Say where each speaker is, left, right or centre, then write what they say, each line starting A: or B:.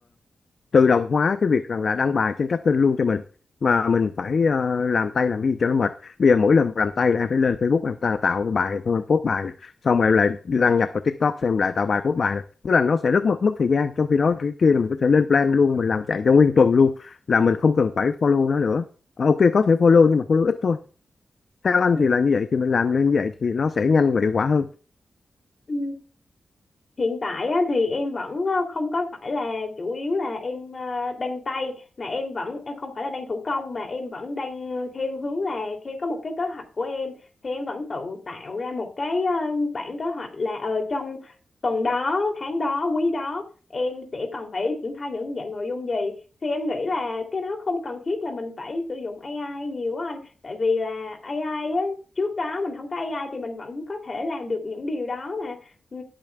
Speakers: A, on the left; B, on the left.
A: tự động hóa cái việc rằng là đăng bài trên các kênh luôn cho mình mà mình phải ờ, làm tay làm cái gì cho nó mệt bây giờ mỗi lần làm tay là em phải lên Facebook em tạo, tạo bài xong em post bài này. xong rồi em lại đăng nhập vào TikTok xem em lại tạo bài post bài này. tức là nó sẽ rất mất mất thời gian trong khi đó cái kia là mình có thể lên plan luôn mình làm chạy cho nguyên tuần luôn là mình không cần phải follow nó nữa Ờ, ok có thể follow nhưng mà follow ít thôi theo anh
B: Ừ.
A: thì là như vậy thì mình làm lên như vậy thì nó sẽ nhanh và hiệu quả hơn
B: Ừ. Hiện tại á, thì em vẫn ờ, không có phải là chủ yếu là em ờ, đan tay mà em vẫn em không phải là đan thủ công mà em vẫn đang theo hướng là theo có một cái kế hoạch của em thì em vẫn tự tạo ra một cái ờ, bản kế hoạch là ờ, trong tuần đó, tháng đó, quý đó em sẽ cần phải triển khai những dạng nội dung gì thì em nghĩ là cái đó không cần thiết là mình phải sử dụng AI nhiều á anh tại vì là AI á, trước đó mình không có AI thì mình vẫn có thể làm được những điều đó mà Ừ,